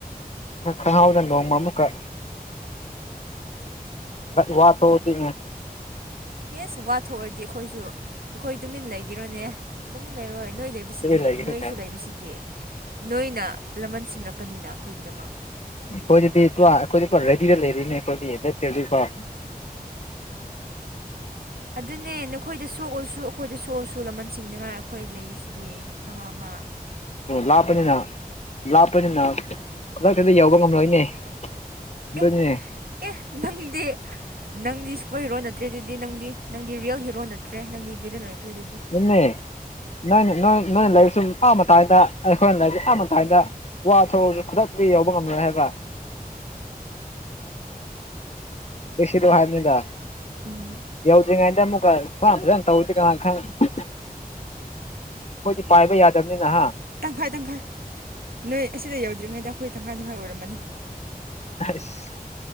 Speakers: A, on the left; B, on the right.
A: ꯈꯪꯍꯥꯎꯗꯅ ꯅꯣꯡꯃ ꯑꯃꯨꯛꯀꯛ ꯋꯥ ꯊꯣꯇ
B: ꯑꯦ ꯁꯨ ꯋꯥ ꯊꯣꯛꯑꯗꯤ ꯑꯩꯈꯣꯏꯁꯨ ꯑꯩꯈꯣꯏ ꯇꯨꯃꯤꯟ ꯂꯩꯈꯤꯔꯣꯅꯦ ꯂꯨꯃꯤꯠ ꯂꯩꯔꯣꯏ ꯅꯣꯏ ꯂꯩꯕꯁꯤꯗꯤ
A: ꯇꯨꯃꯤꯟ ꯂꯩꯒꯅꯤ
B: ꯅꯣꯏꯁꯨ
A: ꯀꯥꯏ
B: ꯂꯩꯕꯁꯤꯗꯤ ꯅꯣꯏꯅ ꯂꯃꯟ ꯁꯤꯡꯔꯛꯀꯅꯤꯅ ꯑꯩꯈꯣꯏꯒꯤꯗꯃꯛ
A: ꯑꯩꯈꯣꯏꯗꯗꯤ ꯄꯨ ꯑꯩꯈꯣꯏꯗꯤ ꯄꯨ ꯔꯦꯗꯤꯗ ꯂꯩꯔꯤꯅꯦ ꯑꯩꯈꯣꯏꯗꯤ ꯂꯩꯠꯇꯦꯗꯤꯀꯣ
B: ꯑꯗꯨꯅꯦ ꯅꯈꯣꯏꯗ ꯁꯣꯛꯑꯁꯨ ꯑꯩꯈꯣꯏꯗ ꯁꯣꯛꯑꯁꯨ ꯂꯃꯟ ꯁꯤꯡꯅꯉꯥꯏ ꯑꯩꯈꯣꯏ ꯂꯩꯁꯤꯗꯤ ꯑꯃ ꯑꯃ
A: ꯂꯥꯄꯅꯤꯅ ꯂꯥꯞꯄꯅꯤꯅ ꯈꯨꯗꯛꯇꯗ ꯌꯥꯕ ꯉꯝꯂꯣꯏꯅꯦ ꯑꯗꯨꯗꯣꯏꯅꯤꯅꯦ
B: ꯑꯦ ꯑꯦ ꯅꯪꯗꯤ ꯅꯪꯗꯤ ꯁꯨꯄꯔ ꯍꯤꯔꯣ ꯅꯠꯇ꯭ꯔꯦ ꯑꯗꯨꯗꯤ ꯅꯪꯗꯤ ꯅꯪꯗꯤ ꯔꯤꯌꯦꯜ ꯍꯤꯔꯣ ꯅꯠꯇ꯭ꯔꯦ ꯅꯪꯗꯤ ꯕꯤꯂꯤꯟ ꯑꯣꯏꯈ꯭ꯔꯦ ꯑꯗꯨꯗꯤ
A: ꯅꯣꯏ ꯅ ꯅꯣꯏꯅ ꯂꯩꯕꯁꯨ ꯃꯄꯥ ꯃꯇꯥꯏꯗ ꯑꯩꯈꯣꯏꯅ ꯂꯩ ꯍꯥꯏꯗ ꯋꯥꯊꯑꯁꯨ ꯈꯨꯗꯛꯇꯤ ꯌꯥꯎꯧꯕ ꯉꯝꯂꯣꯏ ꯍꯥꯏꯕ
B: <inaudible>
A: ꯀꯁꯤꯗ ꯍꯥꯏꯅꯤꯗ
B: <inaudible>
A: ꯗꯔꯤꯉꯩꯗ ꯑꯃꯨꯛꯀꯥ <unintelligible> ꯇꯧꯕꯁꯨ ꯀꯅꯥ ꯈꯪ ꯑꯩꯈꯣꯏꯗꯤ ꯄꯥꯏꯕ ꯌꯥꯗꯕꯅꯤꯅ ꯍꯥ
B: ꯇꯪꯈꯥꯏ ꯇꯪꯈꯥꯏ ꯅꯣꯏ ꯑꯁꯤꯗ ꯌꯧꯗ꯭ꯔꯤꯉꯩꯗ ꯑꯩꯈꯣꯏ ꯇꯪꯈꯥꯏ ꯇꯪꯈꯥꯏ ꯑꯣꯏꯔꯝꯃꯅꯤ
A: ꯑꯁ